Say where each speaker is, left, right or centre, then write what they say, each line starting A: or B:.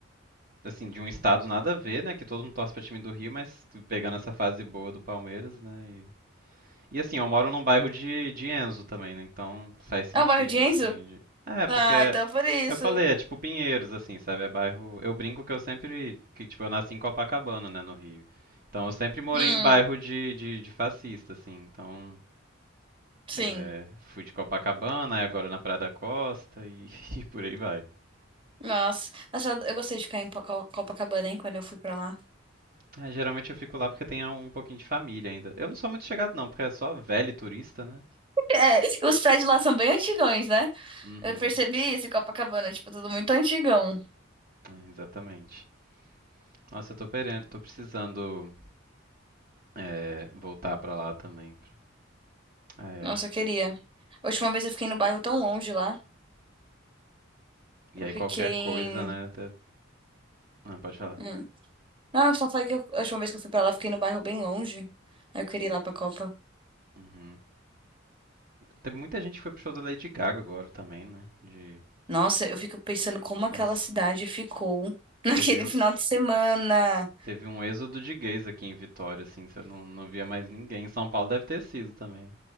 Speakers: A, on the right (about 45°); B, on the right (about 25°).
A: assim, de um estado nada a ver, né? Que todo mundo torce pra time do Rio, mas pegando essa fase boa do Palmeiras, né? E assim, eu moro num bairro de, de Enzo também, né? Então faz sentido,
B: É o bairro de Enzo?
A: assim. de- É, porque
B: Ah,
A: é-
B: então por isso.
A: eu falei, é tipo Pinheiros, assim, sabe? É bairro. Eu brinco que eu sempre. Que, tipo, eu nasci em Copacabana, né, no Rio. Então eu sempre morei
B: Hum,
A: em bairro de, de, de fascista, assim. Então.
B: sim.
A: é, fui de Copacabana, aí agora na Praia da Costa e, <laughs> e por aí vai.
B: Nossa, nossa, eu eu gostei de ficar em Po- Co- Copacabana, hein, quando eu fui pra lá.
A: É, geralmente eu fico lá porque tem um pouquinho de família ainda. Eu não sou muito chegado, não, porque é só velho e turista, né?
B: É, <laughs> os prédios lá são bem antigões, né?
A: Uhum,
B: Eu percebi isso em Copacabana, tipo, tudo muito antigão.
A: é, exatamente. Nossa, eu tô, peren- tô precisando. é, voltar pra lá também. Ai,
B: Nossa,
A: ai.
B: eu queria. A última vez eu fiquei no bairro tão longe lá.
A: E
B: Eu
A: aí
B: fiquei
A: qualquer
B: em.
A: coisa, né? até- Não, pode falar.
B: hum. Não, eu só falei que eu- a última vez que eu fui pra lá, eu fiquei no bairro bem longe. Aí eu queria ir lá pra Copa.
A: Uhum. Teve muita gente que foi pro show da Lady Gaga agora também, né? De.
B: Nossa, eu fico pensando como aquela
A: Nossa.
B: cidade ficou <laughs> naquele
A: Teve,
B: final de semana.
A: teve um êxodo de gays aqui em Vitória, assim, você não, não via mais ninguém. Em São Paulo deve ter sido também.